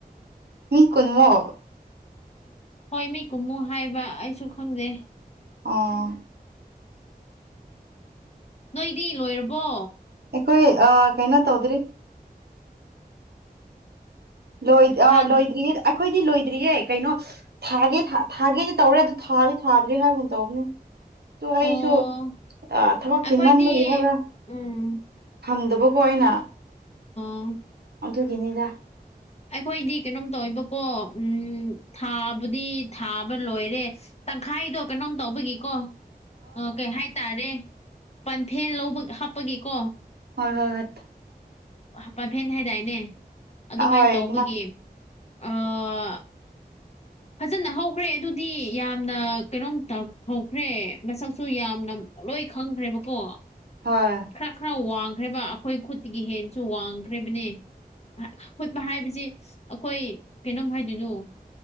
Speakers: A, on the right; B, on the left.
A: ꯃꯤ ꯀꯨꯟꯃꯨꯛ
B: ꯍꯣꯏ ꯃꯤ ꯀꯨꯝꯃꯨ ꯍꯥꯏꯌꯦꯕ ꯑꯩꯁꯨ ꯈꯪꯗꯦ
A: ꯑꯥ
B: ꯅꯣꯏꯗꯤ ꯂꯣꯏꯔꯕꯣ
A: ꯑꯩꯈꯣꯏ ꯑ ꯀꯩꯅꯣ ꯇꯧꯗ‍‍꯭ꯔꯤ ꯂꯣꯏ ꯑ
B: ꯊꯥꯗ
A: ꯂꯣꯏꯗ꯭ꯔꯤꯌꯦ ꯑꯩꯈꯣꯏꯗꯤ ꯂꯣꯏꯗ꯭ꯔꯤꯌꯦ ꯀꯩꯅꯣ ꯊꯥꯒꯦ ꯊꯥ ꯊꯥꯒꯦꯗꯤ ꯇꯧꯔꯦ ꯑꯗꯨ ꯊꯥꯗꯤ ꯊꯥꯗ꯭ꯔꯦ ꯍꯥꯏꯕꯒꯨꯝ ꯇꯧꯕꯅꯦ ꯗꯨ ꯑꯩꯁꯨ
B: ꯑꯣ
A: ꯑ ꯊꯕꯛ
B: ꯑꯩꯈꯣꯏꯗꯤ
A: ꯆꯤꯟꯃꯟꯕꯒꯤ ꯍꯥꯏꯕ꯭ꯔꯥ
B: ꯎꯝ
A: ꯍꯪꯗꯕꯀꯣ ꯑꯩꯅ
B: ꯎ
A: ꯑꯗꯨꯒꯤꯅꯤꯗ
B: ꯑꯩꯈꯣꯏꯗꯤ ꯀꯩꯅꯣꯝ ꯇꯧꯋ‌ꯦꯕꯀꯣ ꯎꯝ ꯊꯥꯕꯨꯗꯤ ꯊꯥꯕ ꯂꯣꯏꯔꯦ ꯇꯪꯈꯥꯏꯗꯣ ꯀꯩꯅꯣꯝ ꯇꯧꯕꯒꯤꯀꯣ ꯑ ꯀꯩ ꯍꯥꯏꯇꯥꯔꯦ ꯄꯥꯟꯊꯦꯜ ꯂꯧꯕ ꯍꯥꯞꯄꯒ‌ꫯꯀꯣ
A: ꯍꯣꯏ ꯍꯣꯏ ꯍꯠ
B: ꯍꯥ ꯄꯥꯝꯐꯦꯟ ꯍꯥꯏꯗꯥꯏꯅꯦ ꯑꯗꯨꯃꯥꯏꯅ
A: ꯍꯣꯏ
B: ꯇꯧꯕꯒꯤ
A: ꯑꯗꯨꯃꯥꯏ
B: ꯑꯥ ꯐꯖꯅ ꯍꯧꯈ꯭ꯔꯦ ꯑꯗꯨꯗꯤ ꯌꯥꯝꯅ ꯀꯩꯅꯣꯝ ꯇꯧ ꯍꯧꯈ꯭ꯔꯦ ꯃꯁꯛꯁꯨ ꯌꯥꯝꯅ ꯂꯣꯏ ꯈꯪꯈ꯭ꯔꯦꯕꯀꯣ
A: ꯍꯣꯏ
B: ꯈꯔ ꯈꯔ ꯋꯥꯡꯈ꯭ꯔꯦꯕ ꯑꯩꯈꯣꯏ ꯈꯨꯠꯇꯤꯒꯤ ꯍꯦꯟꯁꯨ ꯋꯥꯡꯈ꯭ꯔ‌ꯦꯕꯅꯦ ꯑ ꯍꯨꯠꯄ ꯍꯥꯏꯕꯁꯤ ꯑꯩꯈꯣꯏ ꯀꯩꯅꯣꯝ ꯍꯥꯏꯗꯣꯏꯅꯣ